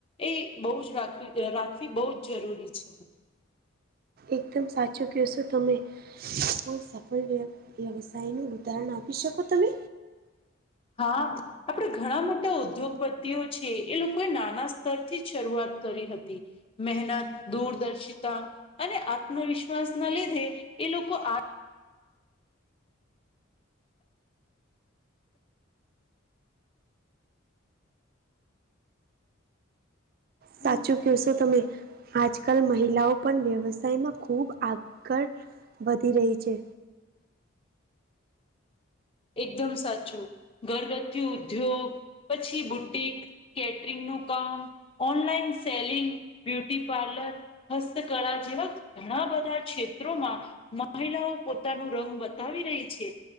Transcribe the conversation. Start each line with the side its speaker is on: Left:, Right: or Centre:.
Left: એ બહુ જ રાખવી અ રાખવી બહુ જ જરૂરી છે.
Right: એકદમ સાચું કયો સો તમે. કોઈ સફળ વ્ય વ્યવસાયનું ઉદાહરણ આપી શકો તમે?
Left: હા આપણે ઘણા મોટા ઉદ્યોગપતિઓ છે એ લોકોએ નાના સ્તરથી જ શરૂઆત કરી હતી. મહેનત, દૂરદર્શિતા અને આત્મવિશ્વાસના લીધે એ લોકો આ હમ
Right: સાચું. કયો સો તમે. આજકલ મહિલાઓ પણ વ્યવસાયમાં ખુબ આગળ વધી રહી છે.
Left: એકદમ સાચું. ઘરગથ્થુ ઉદ્યોગ પછી બુટિક કેટરિંગનું કામ, ઓનલાઈન સેલિંગ, બ્યુટીપાર્લર. હસ્તકળા જેવા ઘણા બધા ક્ષેત્રોમાં મહિલાઓ પોતાનું રંગ બતાવી રહી છે.